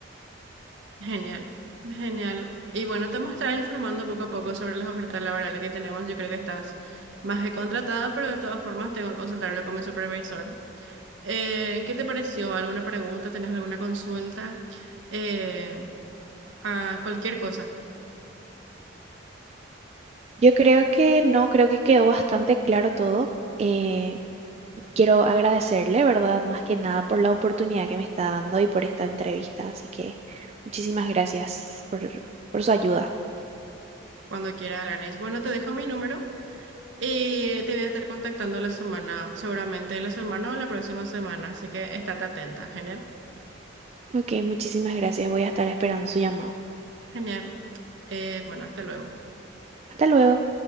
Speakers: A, on the right; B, on the right.
A: Genial, genial. Y bueno, te vamos a estar informando poco a poco sobre las ofertas laborales que tenemos. Yo creo que estás más que contratada, pero de todas formas tengo que consultarlo con mi supervisor. Eh, ¿qué te pareció? ¿Alguna pregunta? ¿Tenés alguna consulta? Eh, a cualquier cosa.
B: Yo creo que no, creo que quedó bastante claro todo. Eh, quiero agradecerle, ¿verdad? Más que nada por la oportunidad que me está dando y por esta entrevista. Así que muchísimas gracias por, por su ayuda.
A: Cuando quiera, Aranis. Bueno, te dejo mi número y te voy a estar contactando la semana, seguramente en la semana o la próxima semana, así que estate atenta. Genial,
B: Ok, muchísimas gracias. Voy a estar esperando su llamado.
A: genial. Eh, bueno, hasta luego.
B: Hasta luego.